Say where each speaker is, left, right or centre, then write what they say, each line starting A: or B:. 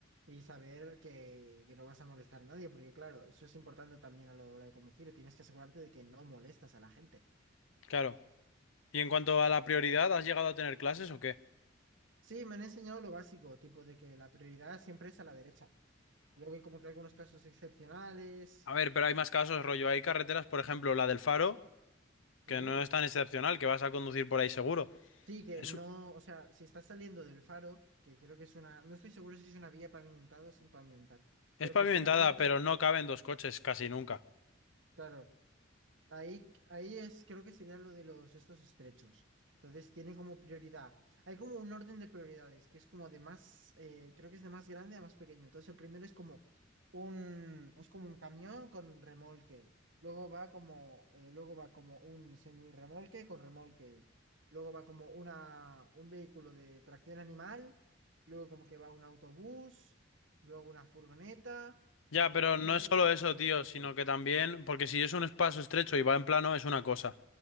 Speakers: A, on the right; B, on the left.
A: y saber que, que no vas a molestar a nadie, porque claro, eso es importante también a la hora de conducir, tienes que asegurarte de que no molestas a la gente.
B: Claro. Y en cuanto a la prioridad, ¿has llegado a tener clases o qué?
A: Sí, me han enseñado lo básico, tipo de que la prioridad siempre es a la derecha. Luego hay como que algunos casos excepcionales,
B: A ver, pero hay más casos, rollo. Hay carreteras, por ejemplo, la del Faro,
A: sí.
B: que no es tan excepcional, que vas a conducir por ahí seguro.
A: Sí, que
B: Es,
A: no, o sea, si estás saliendo del faro, que creo que es una, no estoy seguro si es una vía pavimentada o sin pavimentar. Pero
B: es pavimentada,
A: que si la vía está
B: pero no caben dos coches casi nunca.
A: Claro, ahí, ahí es, creo que sería lo de los estos estrechos. Entonces tienen como prioridad. Hay como un orden de prioridades, que es como de más, eh, creo que es de más grande a más pequeño. Entonces el primero es como un, es como un camión con remolque. Luego va como, eh, luego va como un semirremolque con remolque. Luego va como una, un vehículo de tracción animal. Luego como que va un autobús. Luego una furgoneta.
B: Ya,
A: Y
B: pero
A: por último
B: no es
A: va eh,
B: solo eso,
A: como
B: tío,
A: el coche.
B: sino que también, porque si es un espacio estrecho y va en plano, es una cosa.